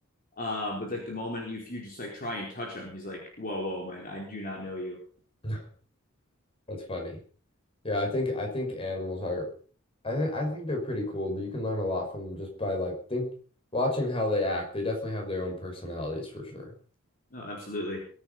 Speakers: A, on the left (about 40°); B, on the left (about 25°).
A: Uh, but like the moment you if you just like try and touch him, he's like, whoa, whoa, man, I do not know you.
B: <laughs> That's funny. Yeah, I think I think animals are I think I think they're pretty cool. You can learn a lot from them just by like think watching how they act. They definitely have their own personalities for sure.
A: No, absolutely.